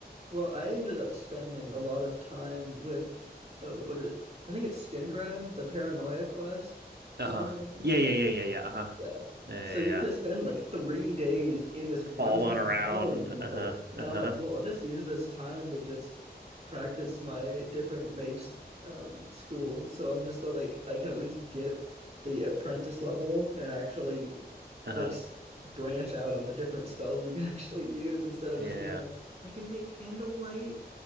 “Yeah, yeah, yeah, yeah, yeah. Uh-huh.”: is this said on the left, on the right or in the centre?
Right